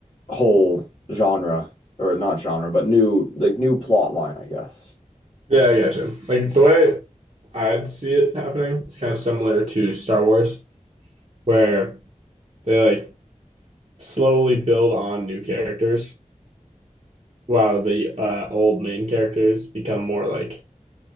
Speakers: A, on the left; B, on the right.
A: whole genre or not genre, but new like new plot line, I guess.
B: yeah, I gotcha. Like the way I'd see it happening is kind of similar to Star Wars, where they like slowly build on new characters while the uh, old main characters become more like